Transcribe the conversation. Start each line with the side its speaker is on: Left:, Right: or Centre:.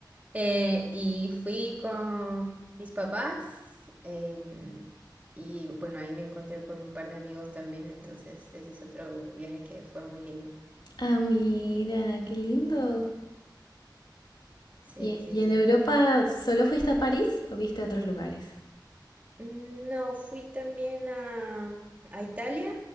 Right: Eh, y fui con mis papás. em, y bueno, ahí me encontré con un par de amigos también. Entonces, ese es otro viaje que fue muy lindo.
Left: Ah, mira, qué lindo.
Right: Sí,
Left: ¿Y,
Right: sí,
Left: y
Right: sí.
Left: en Europa solo fuiste a París o viste a otros lugares?
Right: No, fui también a, a Italia.